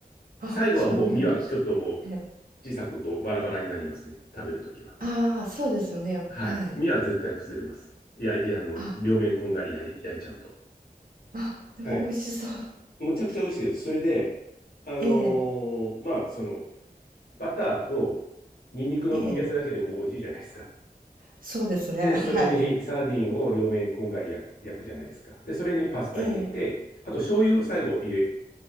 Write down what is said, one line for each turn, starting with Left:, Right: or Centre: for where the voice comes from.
Right: あ、
Left: 最後はもう身はちょっともう
Right: そうなんです。え、
Left: 小さくこうバラバラになりますね。食べるときは。
Right: ああ、そうですよね。
Left: はい。
Right: はい。
Left: 身は絶対崩れます。いや、いや、あの、
Right: あ、
Left: 両面こんがり焼い焼いちゃうと。
Right: あ、でも美味しそう。
Left: はい。むちゃくちゃ美味しいです。それで、あのーまあ、
Right: ええ、
Left: その、バターとニンニクの組み合わせだけでもう美味しいじゃないですか。
Right: ええ、そうですね。
Left: で、
Right: はい。
Left: それにサーディンを両面こんがり焼焼くじゃないですか。で、それにパスタ入れて、
Right: ええ、
Left: あと醤油最後入れ、